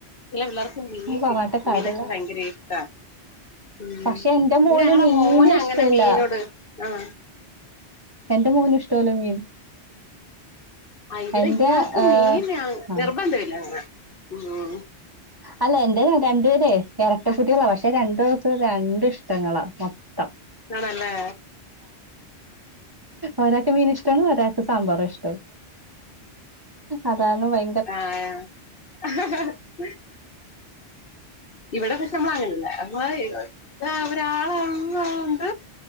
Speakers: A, on the left; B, on the right.
A: ചെല പിള്ളാർക്കും മീൻ
B: പറഞ്ഞിട്ട്
A: കിട്ട്
B: കാര്യല്ല
A: മീനക്ക ഭയങ്കര ഇഷ്ടാ. ഉം
B: പക്ഷെ
A: ഇവട
B: എന്റെ മോന്
A: ഞങ്ങടെ
B: മീന്
A: മോനങ്ങനെ
B: ഇഷ്ടല്ല
A: മീനോട് ആഹ്
B: എന്റ മോന് ഇഷ്ടവല്ല മീൻ.
A: ആഹ് ഇവിടെ
B: എന്റെ
A: ഇയാക്ക്
B: ഏഹ്
A: മീൻയങ്
B: ആഹ്
A: നിർബന്ധവില്ല അങ്ങന ഉം.
B: അല്ല എൻ്റെ രണ്ട്പേരെ എരട്ട കുട്ടികളാ പക്ഷെ രണ്ട് പേർക്കും രണ്ട് ഇഷ്ടങ്ങളാ. മൊ ത്തം.
A: ആണല്ലേ.
B: ഒരാക്ക് മീനിഷ്ടാണ് ഒരാക്ക് സാമ്പാറുവാ ഇഷ്ടം. അതാണ് ഭയ
A: ആഹ്. <unintelligible> ഇവട പക്ഷെ നമ്മളങ്ങനല്ല. <unintelligible> റ്റാളൊള്ളോണ്ട്